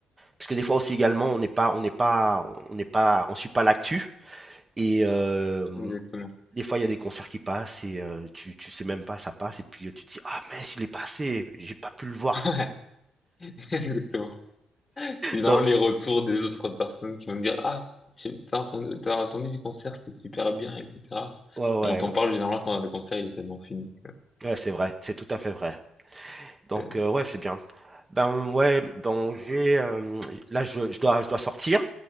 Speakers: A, on the right; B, on the left.
A: Parce que des fois aussi également, on n'est pas, on n'est pas, on n'est pas, on suit pas l'actu. Et euh,
B: Exactement.
A: Des fois, il y a des concerts qui passent et heu, tu tu sais même pas ça passe et puis, heu, tu te dis: «Ah mince, il est passé, j'ai pas pu le voir».
B: <laughs> Ouais, Exactement. C'est vraiment
A: Donc
B: les retours des autres personnes qui vont me dire, ah, tu- t'as entendu, t'as entendu du concert, c'était super bien, etc.
A: ouais, ouais,
B: Mais on t'en
A: ouais,
B: parle généralement quand le concert il est seulement fini.
A: ouais, c'est vrai, c'est tout à fait vrai. Donc
B: Ouais.
A: heu, ouais, c'est bien. Ben, ouais, donc j'ai, hem, là, je je dois je dois sortir.